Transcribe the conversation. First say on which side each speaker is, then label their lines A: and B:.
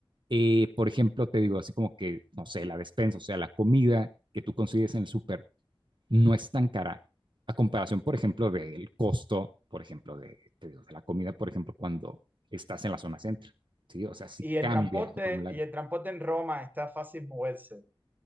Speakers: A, on the right; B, on the right.
A: eh, por ejemplo, te digo, así como que, no sé, la despensa, o sea, la comida que tú consigues en el súper, no es tan cara a comparación, por ejemplo, del costo, por ejemplo, de, de, de la comida, por ejemplo, cuando estás en la zona centro, ¿sí? O sea, sí
B: Y el
A: cambia
B: transporte,
A: conforme la...
B: y el transporte en Roma está fácil moverse.